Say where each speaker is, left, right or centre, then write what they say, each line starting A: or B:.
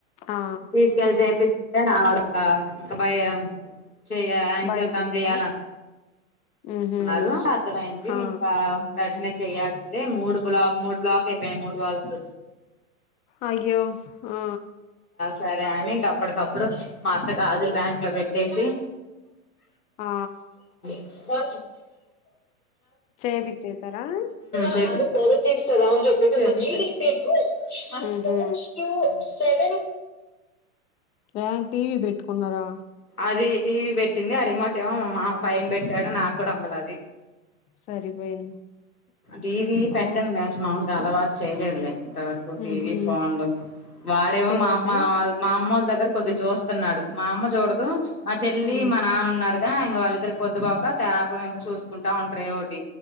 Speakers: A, on the left; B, on the left.
A: ఆ
B: తీసుకెళ్ళి చెపిస్ ఆవిడ ఇంక భయ చెయ ఆంజ్
A: బయట
B: యో కంప్లిట్
A: చెప్పారా
B: చేయాలన్
A: ఉహు
B: అన్నారు అర్థమైంది
A: హా
B: ఇంకా వెంటనే చేయాల్సిందే మూడు బ్లా మూడు బ్లాక్ అయి మేము డ్వాల్స్
A: అయ్యో ఆ
B: సరే అని అప్పటికప్పుడు మా అత్త గాజులు బ్యాంక్ లో పెట్టేసి
A: ఆ
B: ఊ
A: చేపిచ్చేసారా
B: చెప్ <unintelligible>
A: ఉహు
B: స్టూ సెవెన్
A: వాటి బేట్టుకున్నారా
B: అదీ ఇటీవి బెట్టింది అరిమోటేమో మా మామ పైన పెట్టాడు నాకూడా అందల అది
A: సరిపోయింది
B: టీవీ పెట్టను
A: అవును
B: నేనసలు మాములుగా అలవాటు చేయలేదులే అంత వరకు టీవీ
A: ఉహు
B: ఫోన్లు వాడేమో
A: తెల్లాక
B: మా అమ్మ మా అమ్మ దగ్గర కొద్ది జూస్తున్నాడు మా అమ్మ చూడదు మా చెల్లి
A: ఉమ్
B: మా నాన్న ఉన్నారు. గా ఇంగ వాళ్ళిద్దరి పొద్దుపోక తేపుగా ఇంగ చూసుకుంటా ఉంటరు ఏవోవోటి